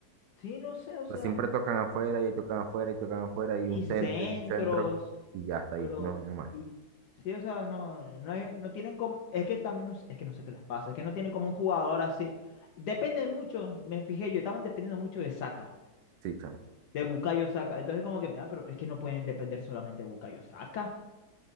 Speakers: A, on the left; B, on the right.
A: Sí, no sé, o sea,
B: Pero siempre tocan afuera y tocan afuera y tocan afuera y
A: y
B: un centro
A: centros.
B: y un centro y ya hasta ahí,
A: Pero,
B: no llega más.
A: y sí, o sea, no, no, hay- no tienen como, es que también no, sé- es que no sé qué les pasa, es que no tienen como un jugador así. Dependen mucho, me fijé, yo estaban dependiendo mucho de Saka,
B: Sí, chamo.
A: de Bukayo Saka. Entonces como que, mira, pero es que no pueden depender solamente de Bukayo Saka.